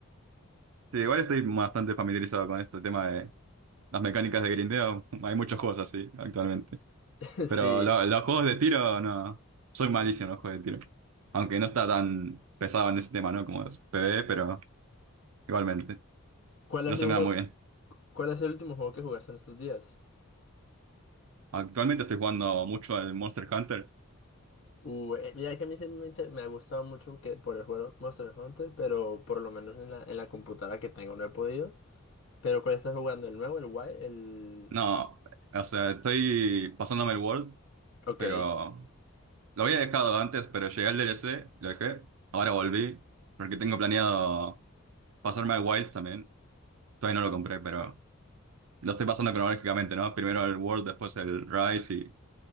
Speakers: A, on the right (about 80°); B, on the left (about 60°).
A: Sí, igual estoy bastante familiarizado con este tema de las mecánicas de grindeo. <laughs> Hay muchos juegos así actualmente.
B: <laughs>
A: Pero
B: Sí.
A: lo- los juegos de tiro, no. Soy malísimo en los juegos de tiro. Aunque no está tan pesado en ese tema, ¿no? Como es PvE, pero igualmente.
B: ¿Cuál
A: No
B: ha sido
A: se me
B: un
A: da
B: juego?
A: muy bien.
B: cuál ha sido el último juego que jugaste en estos días?
A: Actualmente estoy jugando mucho al Monster Hunter.
B: Uh, eh, mira que a mí siempre me, inter- me ha gustado mucho que por el juego Monster Hunter, pero por lo menos en la, en la computadora que tengo no he podido. Pero ¿cuál estás jugando? ¿El nuevo? ¿El Wild? El...
A: No, o sea, estoy pasándome el World,
B: Ok,
A: pero lo había dejado antes, pero llegué al DLC, lo dejé. Ahora volví, porque tengo planeado pasarme al Wilds también. Todavía no lo compré, pero lo estoy pasando cronológicamente, ¿no? Primero el World, después el Rise y